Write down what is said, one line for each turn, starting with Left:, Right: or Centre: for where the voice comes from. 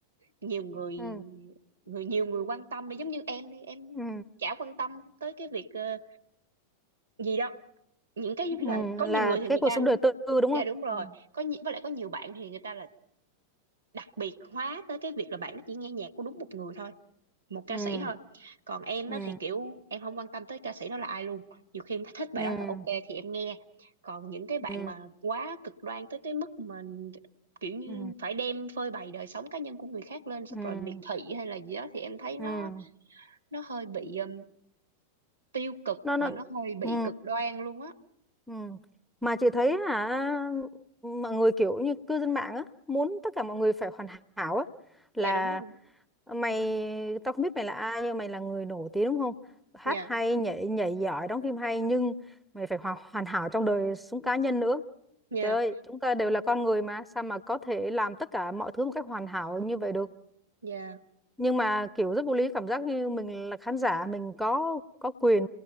Right: nhiều người
Centre: ừ
Right: người nhiều người quan tâm đi giống như em đi em
Centre: ừ
Right: chả quan tâm tới cái việc ờ, gì đâu những cái
Centre: ừ,
Right: giống như là có
Centre: là
Right: nhiều người thì
Centre: cái
Right: người
Centre: cuộc
Right: ta
Centre: sống đời tư đúng
Right: dạ
Centre: không
Right: đúng rồi
Centre: ừ
Right: có nhi- với lại có nhiều bạn thì người ta là đặc biệt hóa tới cái việc là bạn nó chỉ nghe nhạc của đúng một người thôi một ca
Centre: ừ
Right: sĩ thôi còn em
Centre: ừ
Right: đó thì kiểu em không quan tâm tới ca sĩ đó là ai luôn nhiều khi em thích bài
Centre: ừ ừ.
Right: đó là ok thì em nghe còn những cái bạn
Centre: ừ
Right: mà quá cực đoan tới cái mức mà kiểu như
Centre: ừ
Right: phải đem phơi bày đời sống cá nhân của người khác lên xong
Centre: ừ
Right: rồi miệt thị hay là gì đó thì em thấy nó
Centre: ừ
Right: nó hơi bị um, tiêu cực
Centre: nó nó
Right: và nó hơi bị
Centre: ừ
Right: cực đoan luôn á
Centre: ừ mà chị thấy hả mọi người kiểu như cư dân mạng á muốn tất cả mọi người phải hoàn hảo á là
Right: dạ đúng rồi
Centre: mày tao không biết mày là ai nhưng mày là người nổi tiếng đúng không hát
Right: dạ
Centre: hay nhảy nhảy giỏi đóng phim hay nhưng mày phải hoàn hoàn hảo trong đời sống cá nhân nữa
Right: dạ
Centre: trời ơi chúng ta đều là con người mà sao mà có thể làm tất cả mọi thứ một cách hoàn hảo như vậy được
Right: dạ
Centre: nhưng mà kiểu rất vô lý cảm giác như mình là khán giả mình có có quyền